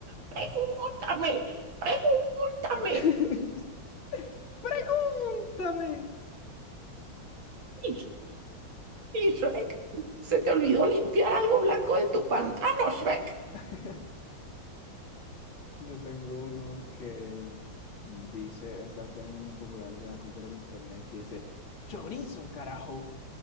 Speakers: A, on the right (about 75°); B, on the left (about 75°).
A: pregúntame, pregúntame.
B: <laughs> ¡Pregúntame!
A: Y y Shrek, se te olvidó limpiar algo blanco de tu pantano, Shrek.
B: <laughs> Yo tengo uno que dice, es algo muy popular de la cultura del internet, que dice, chorizo, carajo.